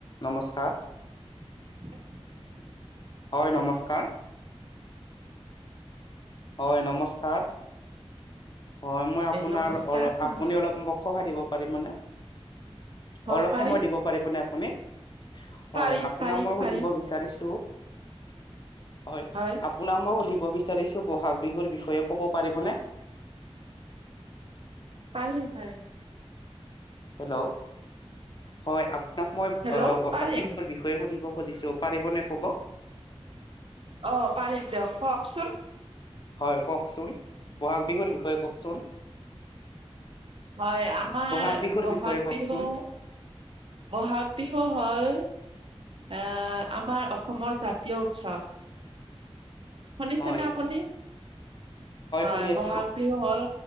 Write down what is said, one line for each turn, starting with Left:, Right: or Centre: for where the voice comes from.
Left: নমস্কাৰ।
Right: <unintelligible>
Left: হয়, নমস্কাৰ। হয়, নমস্কাৰ। হয় মই আপোনাৰ
Right: নমস্কাৰ
Left: অলপ আপুনি
Right: অ,
Left: অলপ মোক সহাই দিব পাৰিম মানে?
Right: হয়
Left: অলপ
Right: পাৰিম
Left: সময় দিব পাৰিবনে? আপুনি হয়
Right: পাৰিম
Left: আপোনাক
Right: পাৰিম
Left: মই
Right: পাৰিম
Left: সুধিবা বিচাৰিছোঁ হয়,
Right: হয়,
Left: আপোনাক মই সুধিব বিচাৰিছোঁ ব'হাগ বিহুৰ বিষয়ে ক'ব পাৰিবনে?
Right: পাৰি পাৰি।
Left: হেল্ল' হয় আপোনাক মই
Right: হেল্ল'
Left: বহাগ
Right: পাৰিম
Left: বিহ বিষয়ে সুধিব খুজিছো পাৰিব নে কব?
Right: অ, পাৰিম দিয়ক কওকচোন।
Left: হয় কওকচোন বহাগ বিহুৰ বিষয়ে কওকচোন।
Right: হয়, আমাৰ
Left: বহাগ বিহুৰ
Right: বহাগ
Left: বিষয়ে কওকচোন
Right: বিহু বহাগ বিহু হ'ল আমাৰ অসমৰ জাতীয় উৎসৱ। শুনিছেনে
Left: হয়
Right: আপুনি? হয়
Left: শুনি
Right: বহাগ
Left: আছো
Right: বিহু হ'ল